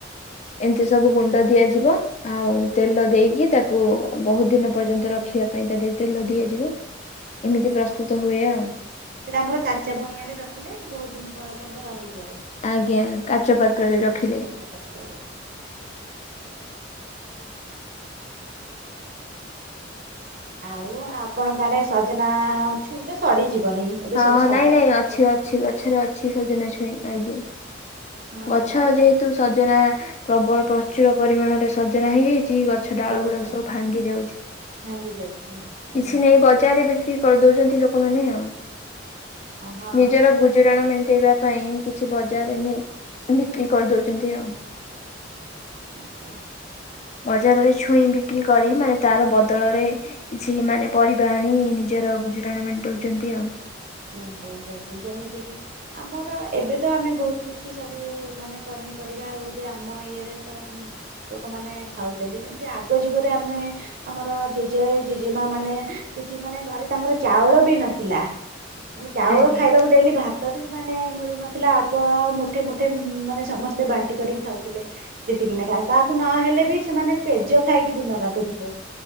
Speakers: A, on the left (about 40°); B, on the right (about 50°).
A: ଏମତି ସବୁ ଗୁଣ୍ଡ ଦିଆଯିବ। ଆଉ ତେଲ ଦେଇକି ତାକୁ ବହୁତ୍ ଦିନ ପର୍ଯ୍ୟନ୍ତ ରଖିବା ପାଇଁ ତା ଦେହ ତେଲ ଦିଆଯିବ। ଏମିତି ପ୍ରସ୍ତୁତ ହୁଏ ଆଉ।
B: ସେଟା ଆମର କାଚ ବଇଁଆରେ ରଖିଲେ ସେ ବହୁତ୍ ଦିନ୍ ପର୍ଯ୍ୟନ୍ତ ରହିଯାଏ।
A: ଆଜ୍ଞା କାଚ ପାତ୍ରରେ ରଖିଲେ।
B: ଚ ପାତ୍ରରେ ଆଉ ଆପଣଙ୍କ ଆଡେ ସଜନା ଛୁଇଁ ତ ସରିଯିବନି। ଏବେ
A: ହଁ
B: ସବୁ ସଜନା
A: ନାଇଁ ନାଇଁ
B: ଶାଗ
A: ଅଛି ଅଛି ଗଛରେ ଅଛି ସଜନା ଛୁଇଁ ଆଜ୍ଞା।
B: ହଁ
A: ଗଛ
B: ଆମ ଏପଟ
A: ଯେହେତୁ ସଜନା ପ୍ରବଳ ପ୍ରଚୁର ପରିମାଣରେ ସଜନା ହେଇଯାଇଛି। ଗ ଗଛ ଡାଳ
B: ଏଇ ବର୍ଷ
A: ଗୁଡାକ ସବୁ ଭାଙ୍ଗି ଯାଉଛି
B: ଭାଙ୍ଗି ଯାଉଛି ଆଜ୍ଞା
A: କିଛି ନେଇ ବଜାରରେ ବିକ୍ରି କରିବି। କରିଦଉଛନ୍ତି ଲୋକମାନେ ଆଉ
B: ହଁ
A: ନିଜର ଗୁ ଗୁଜରାଣ ମେଣ୍ଟାଇବା ପାଇଁ କିଛି ବଜାରରେ ନେଇ ବିକ୍ରି କରିଦଉଛନ୍ତି ଆଉ।
B: ଆଜ୍ଞା
A: ବଜାରରେ ଛୁଇଁ ବି ବିକ୍ରି କରି ମାନେ ତାର ବଦଳରେ ସେଇମାନେ ପରିବା ଆଣି ତାର ଗୁଜୁରାଣ ମେଣ୍ଟାଉଛନ୍ତି ଆଉ
B: ମେଣ୍ଟଉଛନ୍ତି ଯେମିତି କି ଆମର ଏବେ ତ ଆମେ ବହୁତ କିଛି ସବୁ ମାନେ ପନିପରିବା ବହୁତ ଆମ ଇଏରେ ତ, ଲୋକମାନେ ଖାଉଛନ୍ତି ଯେମତି ଆଗ ଯୁଗରେ ଆମେ ଆମର ଜେଜେ ଜେଜେମା ମାନେ କିଛି ମାନେ ଘରେ ତାଙ୍କର ଚାଉଳ ବି ନଥିଲା। ମେ ଚାଉଳ
A: ଆଜ୍ଞା
B: ଖାଇବାକୁ ଡେଲି ଭା ତ ବି ମାନେ ମିଳୁନଥିଲା ଅଳ୍ପ ମୁଠେ ମୁଠେ ମାନେ ସମସ୍ତେ ବାଣ୍ଟି କରିକି ଖାଉଥିଲେ। ଯେତିକି ନେଖା କାହାକୁ ନହେଲେ ବି ସେମାନେ ପେଜ ଖାଇକି ଦିନ କାଟୁଥିଲେ।